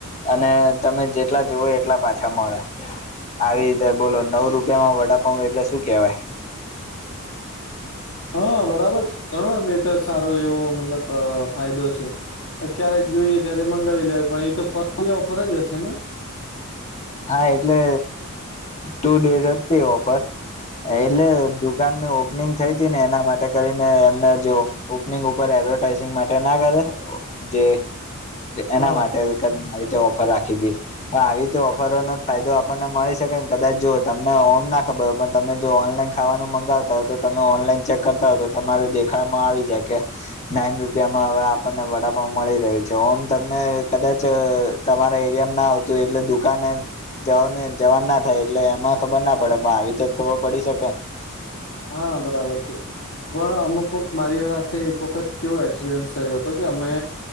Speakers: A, on the left; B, on the left.
A: અને તમે જેટલા જોવો એટલા પાછા મળે. આવી રીતે બોલો, નવ રૂપિયામાં વડાપ એટલે શું કેહેવાય?
B: હા, બરાબર છે, ઘણો એ તો સારો એવો મતલબ ફાયદો છે. ક્યારેક જોઈએ ત્યારે મંગાવી લેવા, પણ એ તો ફરી ઓફર જ હશે ને.
A: હા, એટલે ટુ ડેઝ હતી, ઓફર એટલે. દુકાનની ઓપનિંગ થઈ હતી ને, એના માટે કરીને એમને જો. ઓપનિંગ ઉપર એડવર્ટાઈઝિંગ માટે ના કરે, જે એના
B: હા
A: માટે કાન આવી રીતે ઓફર રાખી હતી પણ આવી રીતે ઓ ફરોનો જ ફાયદો આપણને મળી શકે ને, કદાચ જો તમને ઓમ ના ખબર હોય, પણ તમે જો ઓનલાઈન ખાવાનું મંગાવતા હોય તો. તમે ઓનલાઈન ચેક કરતા હો, તો તમારે દેખાડમાં આવી જાય કે. નાઈન રૂપિયામાં હવે આપણને વડાપાવ મળી રહ્યું છે ઓમ તમને કદાચ તમારા એરિયામાં ના આવતું એટલે દુ દુકાને જવા જવા ના થાય એટલે એમાં ખબર ના પડે પણ આવી રીતે જ ખબર પડી શકે.
B: હા બરાબર છે. પણ અમુક કોક મારી સાથે એક વખત કેવો એક્સપિરિયન્સ થયો હતો કે અમે